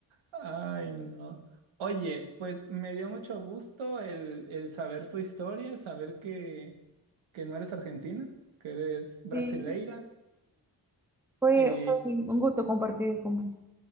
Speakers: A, on the right; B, in the centre.
A: Ay, no. Oye, pues me dio mucho gusto el, el saber tu historia, saber que, que no eres argentina, que eres brasileira.
B: Sí, fue,
A: Eh,
B: fue un un gusto compartir con vos.